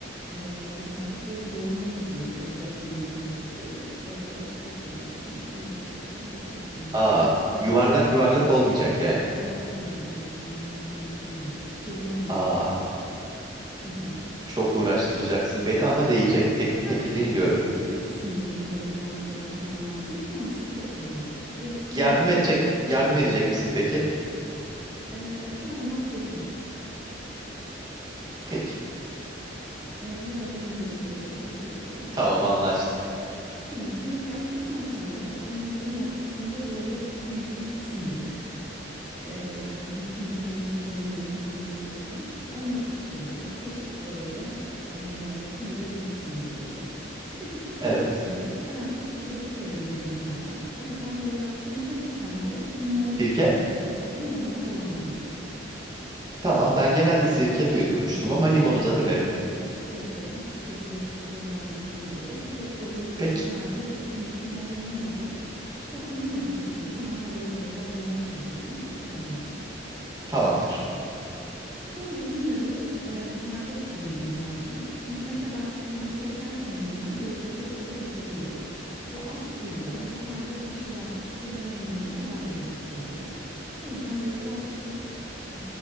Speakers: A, in the centre; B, on the right.
A: Ee, birazcık böyle dolma gibi olacak bir enginar istiyoruz. Orada oturacaksın, uğraşacaksın, keseceksin, yapacak
B: Aa,
A: bir
B: yuvarlak
A: şey yok.
B: yuvarlak olmayacak yani.
A: Çanak değil, hayır, çanak enginar istemiyoruz. Çiçeğini alacağız.
B: Aa,
A: Hı hı.
B: çok uğraştıracaksın beni ama değecek. Tek, peki
A: Sadece
B: dinliyorum.
A: temizleme kısmında biraz uğraşman lazım. Sonrası çok kolay. Gerisi
B: Yardım
A: dünyanın
B: edecek mi?
A: en kolay
B: Yardım
A: şey.
B: edecek misin peki?
A: Ee, talimat veririm.
B: Peki.
A: Ee, yardım ederim ederim. Şaka yapıyorum.
B: Tamam anlaştık.
A: Şimdi bunu yaptıktan sonra enginarın ortasında böyle tüylü bir kısım olur. Ee, bitkinin kendini koruma mekanizması olan. Onları da çıkaracağız. Kaşıkla böyle ee, sıyırabilirsin oraları. Bir de bir püf
B: Evet.
A: nokta vereyim. Genelde çok çabuk kararıyor enginarlar. O yüzden böyle yaptığın her işlemde limon,
B: Sirke?
A: ee, o, limonla ovalaman lazım.
B: Tamam ben genelde sirke diye duymuştum ama limonu da denerim.
A: Yok yok hiçbir şekilde sirke dahil değil buraya. Direkt böyle ye-
B: Peki.
A: kenarda kesilmiş limonların olacak. Sapını mı kestin? Hemen oraya böyle biraz limon süreceksin ki kararmayacak.
B: Tamamdır.
A: Sonra bunları e, buharda pişirmemiz lazım. Çünkü ne kadar suyu çekerse enginar lezzeti o kadar azalıyor. Böyle az suyla buharda pişiren, pişirilen enginarlar daha lezzetli oluyor. O yüzden böyle biraz tuz, e,